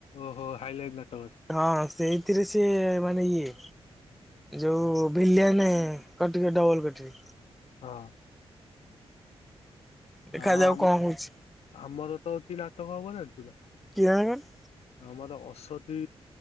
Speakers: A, on the left; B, in the centre.
A: ଓହୋ ହାଇ ଲାଇଟ୍ ନାଟକ ଟେ।
B: ହଁ ସେଇଥିରେ ସେ ମାନେ ଇଏ। ଯୋଉଁ
A: ହଁ
B: ନାଁ କଟି କଟି ଡବଲ କଟି।
A: ହଁ।
B: ଦେଖାଯାଉ
A: ଆଉ ଆମ
B: କଣ ହଉଛି
A: ଆମର ତ କି ନାଟକ ହବ ଯେ ତୁ ଯା।
B: କି <unintelligible>
A: ଆମର ଅସତୀ